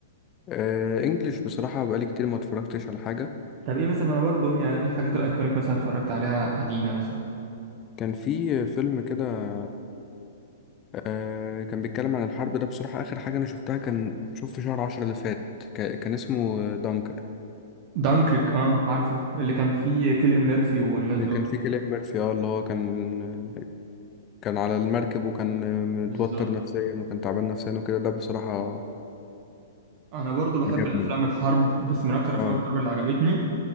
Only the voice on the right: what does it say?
طب ايه مثلا انا برضو يعني ايه الحاجات الايكونيك مثلا اتفرجت عليها قديمه مثلا
دانكريك اه عارفه اللي كان فيه كيليان ميرفي والناس
دول
بالظبط
انا برضو بحب
الافلام الحرب بس من اكتر
افلام الحرب اللي عجبتني